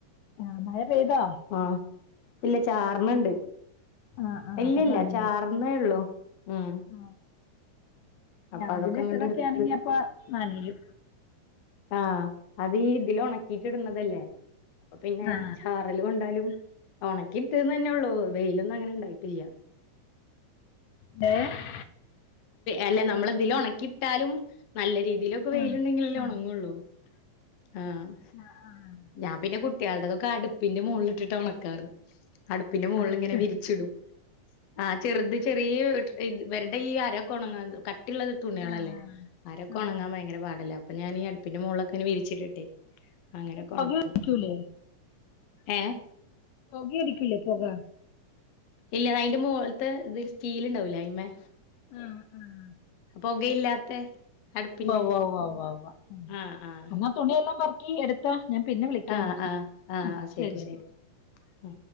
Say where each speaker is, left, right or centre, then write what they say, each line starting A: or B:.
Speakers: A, on the left (about 80°); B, on the left (about 60°).
A: ആഹ മഴ പെയ്താ
B: ആ ഇല്ല ചാർന്ന്ണ്ട്.
A: ആ ആ
B: ഇല്ലല്ല
A: അപ്പൊ നനയും.
B: ചാർന്നേ ഉള്ളൂ ഉം.
A: ആ
B: അപ്പൊ
A: രാവിലെ
B: അതൊക്കെ അങ്ങട്ട്
A: ഇട്ടതൊക്കെ
B: എടുത്ത്
A: ആണെങ്കി അപ്പ നനും
B: ആഹ അത് ഇതില്. ഉണക്കിട്ടിടുന്നതല്ലേ അപ്പൊ പിന്നെ
A: ആ
B: കല കൊണ്ടാലും ഉണക്കി ഇട്ടന്ന് തന്നെ ഉള്ളൂ വെയിലൊന്നും അങ്ങനെ ഉണ്ടായിട്ടില്ല
A: ഹലോ?
B: അല്ല നമ്മളതിലാ ഉണക്കിയിട്ടാലും നല്ല രീതിയിലൊക്കെ വെയിലുണ്ടെങ്കില
A: ആ
B: അല്ലേ
A: ആ
B: ഉണങ്ങുള്ളൂ. ആഹ്
A: ആഹ് ആഹാ
B: ഞാൻ പിന്നെ കുട്ടികളുടെ അതൊക്കെ അടുപ്പിന്റെ മുകളില ഇട്ട് ഉണക്കാറ്. അടുപ്പിന്റെ മുകളിൽ
A: ആ ആ
B: ഇങ്ങനെ
A: ശരി.
B: വിരിച്ചിടും ആ ചെറുത് ചെറിയ ഇത് ഇവരുടെ ഈ അരൊക്കെ ഉണങ്ങാൻ കട്ടിയുള്ളത് തുണികളല്ലേ
A: ആ
B: അരൊക്കെ
A: അതെ.
B: ഉണങ്ങാൻ ഭയങ്കര പാടല്ലേ അപ്പൊ ഞാൻ ഈ അടുപ്പിന്റെ മുകളൊക്കെനെ വിരിച്ചിട്ടിട്ടെ അങ്ങനൊക്കെ
A: ഇപ്പൊ പുകയടിക്കൂലേ?
B: ഉണക്കും ഏ
A: പൊക അടിക്കില്ലേ പൊക
B: ഇല്ല അതിന്റെ മോളിത്തെ ഇത് സ്റ്റീല് ഉണ്ടാവില്ല അതിമേ
A: ആഹ് ആഹ്
B: പൊകയില്ലാത്തെ അടുപ്പിന്റെ
A: ഉവ്വ വ്വ വ്വ
B: ആഹ് ആഹ്
A: എന്നാ തുണിയെല്ലാം പെറക്കി എടുക്ക് ഞാൻ പിന്നെ വിളിക്കാം
B: ആഹ്
A: എന്നാ
B: ആഹ് ആഹ്
A: ഉം
B: ശരി
A: ശരിയന്നാ
B: ശരി ആ